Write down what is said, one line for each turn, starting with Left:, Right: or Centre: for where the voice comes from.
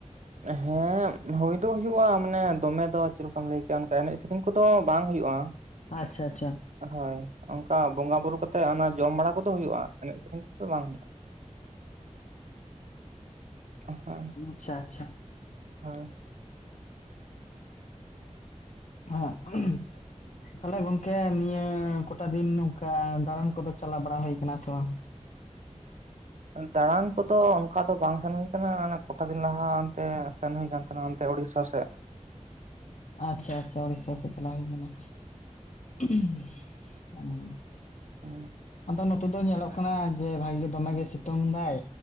Right: ᱦᱮᱸ ᱦᱩᱭ ᱫᱚ ᱦᱩᱭᱩᱜᱼᱟ ᱢᱟᱱᱮ ᱫᱚᱢᱮ ᱫᱚ ᱪᱮᱫ ᱞᱮᱠᱟᱢ ᱞᱟᱹᱭ ᱠᱮᱭᱟ ᱚᱱᱠᱟ ᱮᱱᱮᱡ ᱩᱱ ᱠᱚᱫᱚ ᱵᱟᱝ ᱦᱩᱭᱩᱜᱼᱟ,
Left: ᱟᱪᱪᱷᱟ ᱟᱪᱪᱷᱟ,
Right: ᱦᱳᱭ ᱚᱱᱠᱟ ᱵᱚᱸᱜᱟ ᱵᱩᱨᱩ ᱠᱟᱛᱮ ᱛᱮ ᱚᱱᱟ ᱡᱚᱢ ᱵᱟᱲᱟ ᱠᱚᱫᱚ ᱦᱩᱭᱩᱜᱼᱟ ᱮᱱᱮᱡ ᱥᱮᱨᱮᱧ ᱠᱚᱫᱚ ᱵᱟᱝ ᱦᱩᱭᱩᱜᱼᱟ, <unintelligible>
Left: ᱟᱪᱪᱷᱟ ᱟᱪᱷᱟ,
Right: ᱦᱳᱭ
Left: <unintelligible> ᱛᱟᱦᱚᱞᱮ ᱜᱚᱝᱠᱮ ᱱᱤᱭᱟᱹ ᱠᱚᱴᱟ ᱫᱤᱱ ᱱᱚᱝᱠᱟ ᱫᱟᱬᱟᱱ ᱠᱚᱫᱚ ᱪᱟᱞᱟᱣ ᱵᱟᱲᱟ ᱦᱩᱭ ᱠᱟᱱᱟ ᱥᱮ ᱵᱟᱝ?
Right: ᱫᱟᱬᱟᱱ ᱠᱚᱫᱚ ᱚᱱᱠᱟ ᱫᱚ ᱵᱟᱝ ᱥᱮᱱ ᱦᱩᱭ ᱠᱟᱱᱟ ᱟᱱᱮ ᱠᱚᱴᱟ ᱫᱤᱱ ᱞᱟᱦᱟ ᱚᱱᱛᱮ ᱥᱮᱱ ᱦᱩᱭ ᱠᱟᱱ ᱚᱱᱮ ᱚᱱᱛᱮ ᱩᱲᱤᱥᱥᱟ ᱥᱮᱫ,
Left: ᱟᱪᱪᱷᱟ ᱟᱪᱪᱷᱟ ᱩᱲᱤᱥᱟ ᱥᱮᱫ ᱪᱟᱞᱟᱣ ᱦᱩᱭ ᱞᱮᱱᱟ? <unintelligible> ᱚ
Right: ᱚ
Left: ᱟᱫᱚ ᱱᱚᱛᱮ ᱫᱚ ᱧᱮᱞᱚᱜ ᱠᱟᱱᱟ ᱡᱮ ᱵᱷᱟᱜᱮ ᱜᱮ ᱫᱚᱢᱮ ᱜᱮ ᱥᱤᱛᱩᱝ ᱫᱟᱭ,